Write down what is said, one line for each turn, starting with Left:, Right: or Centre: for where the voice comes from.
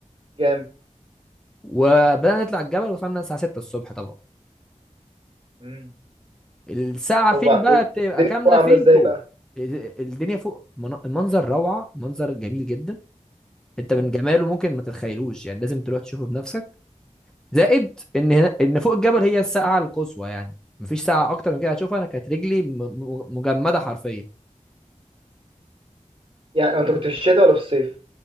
Right: جامد
Centre: وبدأنا نطلع الجبل وصلنا الساعة 6 الصبح طبعا
Right: مم.
Centre: الساعة
Right: طب
Centre: فين
Right: بقى
Centre: بقى بتبقى
Right: والدنيا
Centre: كاملة
Right: فوق عاملة
Centre: فين
Right: ازاي
Centre: فوق
Right: بقى
Centre: ال- الدنيا فوق من- المنظر روعة منظر جميل جدا انت
Right: مم.
Centre: من جماله ممكن ما تتخيلوش يعني لازم تروح تشوفه بنفسك زائد ان هنا ان فوق الجبل هي الساعه القصوى يعني مفيش ساعه اكتر من كده هتشوفها انا كانت رجلي م- م- مجمده حرفيا
Right: يعني انت كنت في الشتاء ولا في الصيف